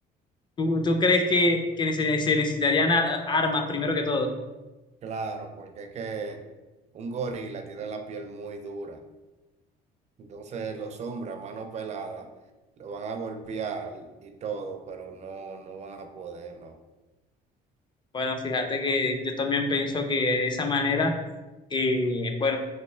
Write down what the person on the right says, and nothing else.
claro, porque es que un gorila tiene la piel muy dura. Entonces los hombres a mano pelada lo van a golpear y todo, pero no, no van a poder, no.